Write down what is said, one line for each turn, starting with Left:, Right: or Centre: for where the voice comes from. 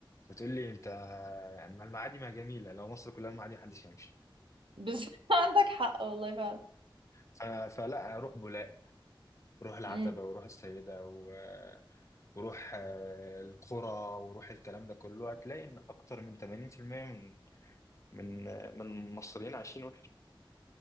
Left: فتقول لي انت يعني ما المعادي ما جميله لو مصر كلها المعادي محدش هيمشي
Right: بالظبط <laughs> عندك حق والله فعلا
Left: ف... فلا اروح بولاق روح العتبه
Right: امم
Left: وروح السيده و... وروح آه، القرى وروح الكلام ده كله هتلاقي ان اكتر من 80% من من آه، من المصريين عايشين وحش